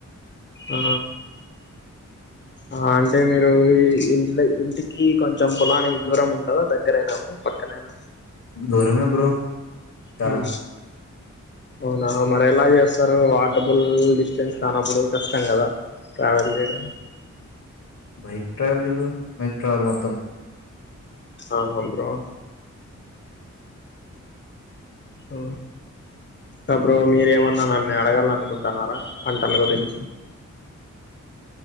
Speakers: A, on the left (about 35°); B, on the left (about 60°).
A: ఆ ఆ అంటే మీరు ఈ ఇంట్ ఇంటికి కొంచెం పొలానికి దూరం ఉంటందా దగ్గరయినా బ్రో పక్కననా
B: దరమే బ్రో చాలా
A: మ్మ్ అవునా మరి ఎలా చేస్తారు వాకబుల్ డిస్టెన్స్ కానప్పుడు కష్టం కదా ట్రావెల్ చేయడం
B: బైక్ ట్రావల్ జ మైక్ ట్రావల్ మొత్తం
A: ఆహా బ్రో ఓ కాబ్రో మీరేమన్నా నన్ను అడగానుకుంటున్నారా పంటల గురించి